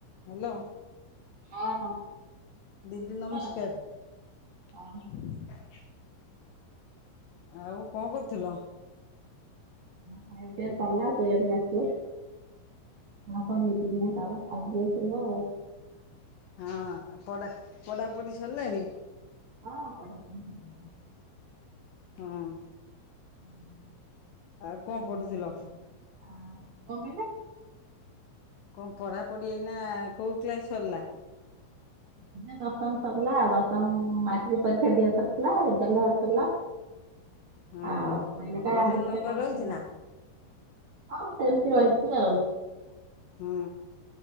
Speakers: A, on the left; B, on the right.
A: Hello.
B: ହଁ।
A: ଦିଦି
B: ଶିବରାଜ
A: ନମସ୍କାର।
B: ହଁ ହଁ
A: ଆଉ କଣ କରୁଥିଲ?
B: ଖାଇବା ପିଇବା ସରିଲା ଶୋଇବା ପାଇଁ ଆସିଲେ ଆଉ କଣ ନିତିଦିନିଆ କାମ କାମ ଯେବେ ସରିବ।
A: ହଁ ପଡ଼ା ପଡି ସରଲାଣି।
B: ହଁ ପଢ଼ା ପଢ଼ି ସରଲାଣି।
A: ହଁ।
B: ହୁଁ। କଣ
A: ଆଉ ପଢୁଥିଲ?
B: କହିଲେ।
A: କଣ ପଢା ପଢି ଏଇନା କୋଉ କ୍ଲାସ ସରିଲା।
B: ଏଇନା ଦଶମ ସରିଲା ଦଶମ ମାଟ୍ରିକ୍ ପରୀକ୍ଷା ଦିଆ ସାରଥିଲା ରେଜଲ୍ଟ ବାହାରି ସାରିଲା।
A: ହଁ
B: ଆଉ ଏଇନେକା
A: ଭଲ
B: ଦେଖିଆ
A: ନମ୍ବର
B: କଣ
A: ରହିଛି
B: କରିବା
A: ନା।
B: ହଁ ସେମିତି ରହିଛି ଆଉ।
A: ହୁଁ।